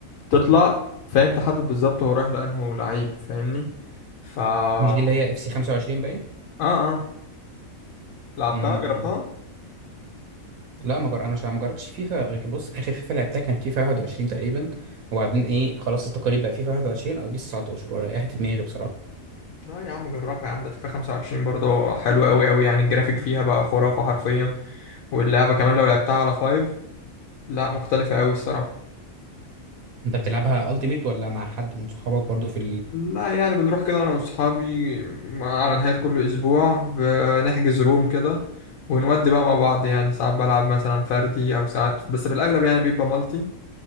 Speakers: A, on the left; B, on the right.
A: تطلع فانت حدد بالظبط هو رايح لانه لعيب فاهمني فا اه
B: مش دي اللي هي اف سي 25 باين
A: اه لعبتها
B: امم
A: جربتها
B: لا ما جر... انا شا- ما جربتش فيفا غير بص اخر فيفا لعبتها كان فيفا 21 تقريبا وبعدين ايه خلاص التقارير بقى فيفا 21 او بيس 19 وريحت دماغي بصراحه
A: لا يا عم جربها يا عم ده فيفا 25 برضه حلوة أوي أوي يعني الجرافيك فيها بقى خرافة حرفيا واللعبة كمان لو لعبتها على فايف لا مختلفة أوي الصراحة
B: انت بتلعبها التيميت ولا مع حد من صحابك برضو في
A: لا يعني بنروح كده أنا وأصحابي على نهاية كل أسبوع بنحجز روم كده ونودي بقى مع بعض يعني ساعات بلعب مثلا فردي أو ساعات بس في الأغلب يعني بيبقى مالتي